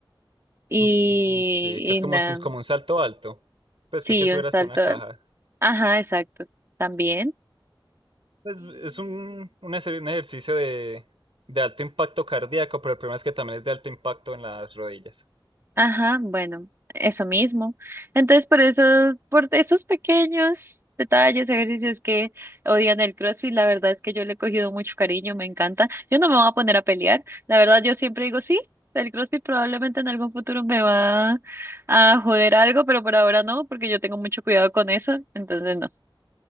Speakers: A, on the right (about 30°); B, on the right (about 85°).
A: y,
B: Mm, Sí, que es
A: y
B: como,
A: nada.
B: un- como un salto alto, pues
A: Sí,
B: que hay que subir
A: un salto.
B: hasta una caja.
A: al- Ajá, exacto. También.
B: Es, es un, un ejer- un ejercicio de, de alto impacto cardíaco, pero el problema es que también es de alto impacto en las rodillas.
A: Ajá, bueno, eso mismo. Entonces, por eso, por esos pequeños detalles, ejercicios que odian el CrossFit, la verdad es que yo le he cogido mucho cariño, me encanta. Yo no me voy a poner a pelear. La verdad, yo siempre digo, sí, el CrossFit probablemente en algún futuro me va a joder algo, pero por ahora no, porque yo tengo mucho cuidado con eso. Entonces, no,